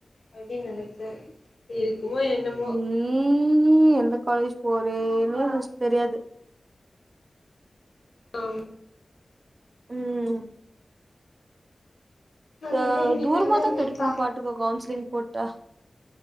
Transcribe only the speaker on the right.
ம் எந்த காலேஜ் போறேனே ஃபஸ்ட் தெரியாது
ம்
அவ்
தூரமா தா
கெடைக்கூ
பாட்டுக்கோ கவுன்சிலிங் போட்டா